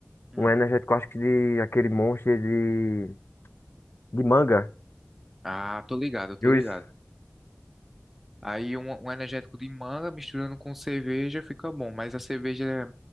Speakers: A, in the centre; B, on the left (about 55°).
A: Hum.
B: Um energético, acho que de aquele monstro de, de manga.
A: Ah, tô ligado, tô
B: juice.
A: ligado. Aí um, um energético de manga misturando com cerveja fica bom. Mas a cerveja é